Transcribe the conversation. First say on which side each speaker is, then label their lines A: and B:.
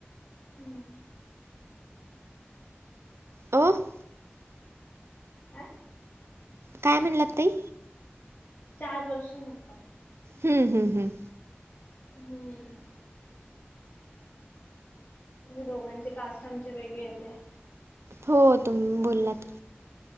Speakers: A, on the left; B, on the right.
A: हम्म.
B: हम्म.
A: काय?
B: काय म्हणंलात ताई?
A: चार वर्ष म्हटलं.
B: हम्म हम्म हम्म.
A: हम्म. दोघांची कास्ट आमची वेगळी येते.
B: हो तुम्ही बोललात,